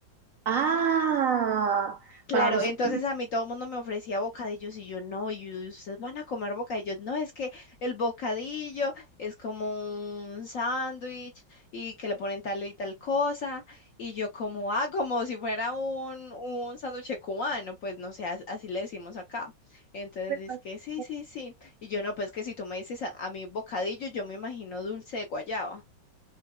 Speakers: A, on the right; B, on the left.
A: Ah,
B: Claro,
A: para nosotros.
B: entonces a mí todo el mundo me ofrecía bocadillos y yo no, y ustedes van a comer bocadillos. No, es que el bocadillo es como un sándwich y que le ponen tal y tal cosa. Y yo como, ah, como si fuera un, un sándwich cubano, pues no sé, as- así le decimos acá. Entonces
A: <laughs>
B: dice que sí, sí, sí. Y yo no, pues que si tú me dices a, a mí bocadillo, yo me imagino dulce de guayaba.